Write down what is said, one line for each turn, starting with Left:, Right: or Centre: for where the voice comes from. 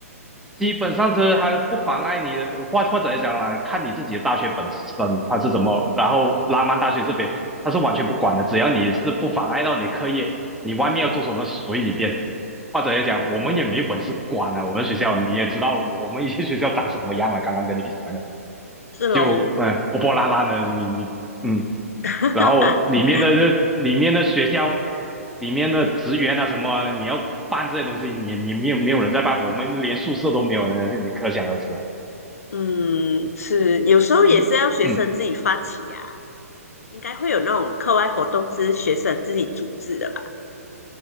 Centre: 基本上这还不妨碍你的，或或者来讲啦，看你自己的大学本身它是怎么，然后拉曼大学这边它是完全不管的，只要你是不妨碍到你的课业，你外面要做什么随你便。或者来讲，
Left: 哦，
Centre: 我们也没有本事管啊，我们学校你也知道，我们一些学校长什么样了，刚刚跟你讲的。
Left: 是喽，
Centre: 就嗯破破烂烂的，你你嗯，
Left: <laughs>
Centre: 然后里面的这里面的学校里面的职员啊什么啊你要办这些东西，你你没有没有人在办，我们连宿舍都没有，你可想而知了。
Left: 嗯，是，有时候也是要学生自己发起呀、
Centre: 一嗯。
Left: 应该会有那种课外活动是学生自己组织的吧？